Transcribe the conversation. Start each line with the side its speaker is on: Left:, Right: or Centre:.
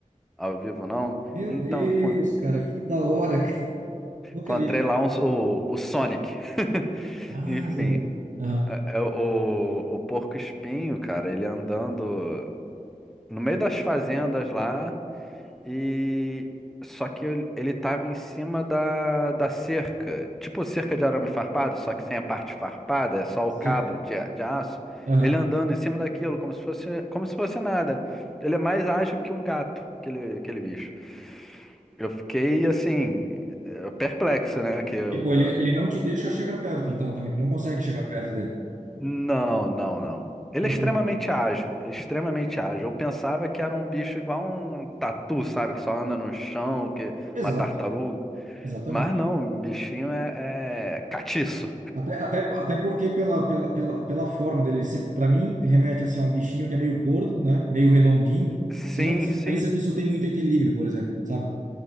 Centre: Ao vivo, não?
Right: Meu
Centre: Então,
Right: Deus,
Centre: eu encon-
Right: cara,
Centre: eu
Right: que da hora, cara. <laughs> Nunca
Centre: encontrei
Right: vi esse vídeo.
Centre: lá uns- o, o Sonic. <laughs>
Right: Ah,
Centre: Enfim,
Right: ao vivo. Aham,
Centre: é- é o, o porco-espinho, cara, ele andando. no meio das fazendas lá e só que ele ele tava em cima da, da cerca, tipo cerca de arame farpado, só que sem a parte farpada, é só
Right: sei.
Centre: o cabo de, a- de aço.
Right: Aham.
Centre: Ele andando em cima daquilo como se fosse como se fosse nada. Ele é mais ágil que um gato, aquele, aquele bicho. Eu fiquei assim eh, perplexo, né? Que eu,
Right: Tipo, ele, ele não te deixa chegar perto, então, também. Tu não consegue chegar perto dele.
Centre: Não, não, não. Ele
Right: Caramba.
Centre: é extremamente ágil, extremamente ágil. Eu pensava que era um bicho igual um tatu, sabe? Que só anda no chão, que
Right: Exato,
Centre: uma tartaruga.
Right: exatamente.
Centre: Mas não, o bichinho é, é catiço.
Right: Até, até, até porque pela, pela, pela, pela forma dele, sempre, para mim, remete assim, a um bichinho que é meio gordo, né? Meio redondinho.
Centre: Sim,
Right: Você não, você
Centre: sim,
Right: não pensa que isso tem muito equilíbrio, por exemplo, sabe?